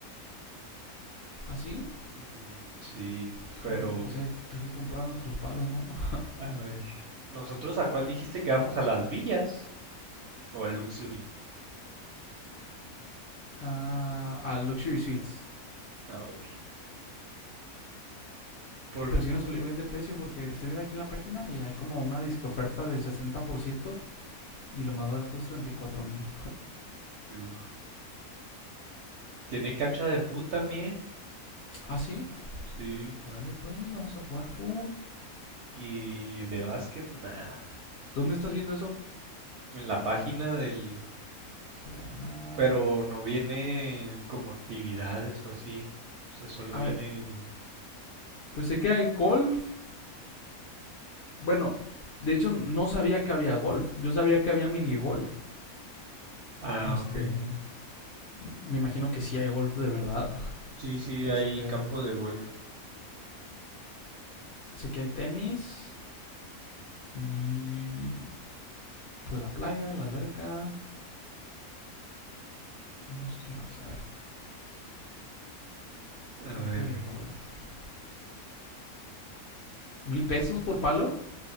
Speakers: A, on the left; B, on the right.
A: ¿Así? ¿Ah, sí?
B: Mm, sí,
A: Híjole,
B: pero
A: no, pues hay, hay que comprar nuestros palos, ¿no? <laughs>
B: A ver, ¿nosotros a cuál dijiste que vamos? ¿A las villas o al Luxury?
A: Ah, al Luxury Suites.
B: A ver, por...
A: Pero sí nos salió bien de precio porque estoy viendo aquí en la página y hay como una disque oferta de 60% y lo más barato es treinta y cuatro mil.
B: uf. ¿Tiene cancha de fútbol también?
A: ¿Ah, sí?
B: Sí.
A: Órale, pues, vamos a jugar food.
B: ¿Y de básquet? Nada.
A: ¿Dónde estás viendo eso?
B: En la página del...
A: Estrella de mar.
B: Pero no viene como actividades o así. O sea, solo
A: A
B: viene...
A: ver, pues sé que hay golf, Bueno, de hecho no sabía que había golf. Yo sabía que había mini golf.
B: Ah,
A: Este,
B: ok.
A: me imagino que sí hay golf de verdad.
B: Sí, sí,
A: Este,
B: hay campo de golf.
A: sé que hay tenis y pues la playa, la alberca y no sé qué más. A ver, campo
B: A ver,
A: de golf. ¿Mil pesos por palo?